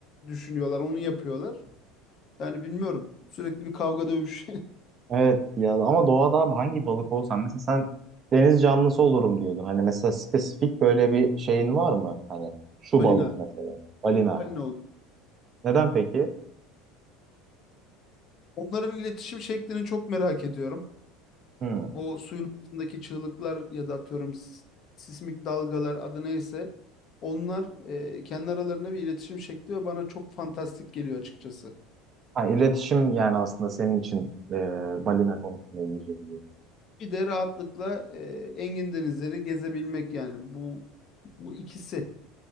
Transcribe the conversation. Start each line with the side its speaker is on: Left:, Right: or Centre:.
Left: düşünüyorlar. Onu yapıyorlar. Yani bilmiyorum. Sürekli bir kavga dövüş.
Right: evet ya ama doğada abi hangi balık olsan mesela sen deniz canlısı olurum diyordun. Hani mesela spesifik böyle bir şeyin var mı? Hani
Left: <laughs>
Right: şu
Left: Balina.
Right: balık mesela balina.
Left: Balina olur.
Right: Neden peki?
Left: Onların iletişim şeklini çok merak ediyorum.
Right: Hmm.
Left: O suyun altındaki çığlıklar ya da atıyorum s- sismik dalgalar adı neyse onlar e, kendi aralarında bir iletişim şekli ve bana çok fantastik geliyor açıkçası.
Right: Ha, iletişim yani aslında senin için e, balina konusunda ilgili.
Left: Bir de rahatlıkla e, engin denizleri gezebilmek yani bu bu ikisi.